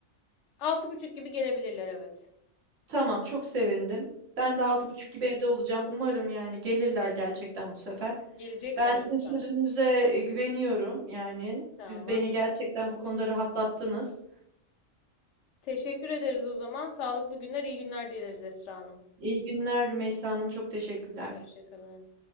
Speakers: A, on the left; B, on the right.
A: Altı buçuk gibi gelebilirler evet.
B: Tamam, çok sevindim. Ben de altı
A: Tamam.
B: buçuk gibi evde olacağım. Umarım yani gelirler gerçekten bu sefer.
A: Gelecekler
B: Ben sizin
A: lütfen.
B: sözünüze e, güveniyorum. Yani
A: Tamam.
B: siz beni gerçekten bu konuda rahatlattınız.
A: Teşekkür ederiz o zaman. Sağlıklı günler, iyi günler dileriz Esra Hanım.
B: İyi günler Rümeysa Hanım. Çok teşekkürler.
A: Hoşça